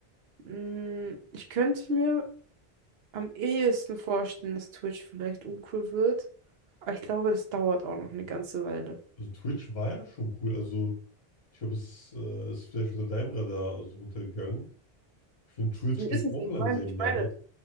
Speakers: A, on the right; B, on the left.
A: mh, ich könnte mir am ehesten vorstellen, dass Twitch vielleicht uncool wird. Aber ich glaube, das dauert auch noch eine ganze Weile.
B: Also Twitch war ja schon cool. Also ich glaube, es äh, ist vielleicht unter deinem Radar so runtergegangen. Ich finde, Twitch
A: Nee,
B: geht
A: Ist es
B: auch
A: nicht,
B: langsam
A: ich meine, ich
B: da
A: meine.
B: weg,